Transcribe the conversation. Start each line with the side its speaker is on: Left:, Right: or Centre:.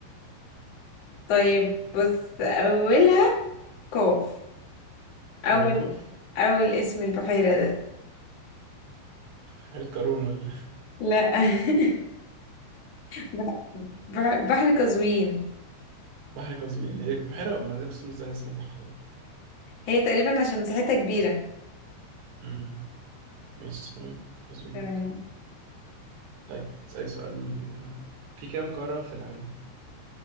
Left: طيب بص اولها قاف اول
Right: أقولها قاف
Left: اول اسم البحيرة ده
Right: بحيرة <laughs> قارون ولا
Left: لا <laughs> بح- بح- بحر قزوين
Right: بحر قزوين إيه، بحيرة ما ده اسمه زي اسمه بحر بقى.
Left: هي تقريبا عشان مساحتها كبيرة
Right: مم. ماشي تمام قزوين
Left: تمام
Right: طيب أسألك سؤال في كام قارة في العالم؟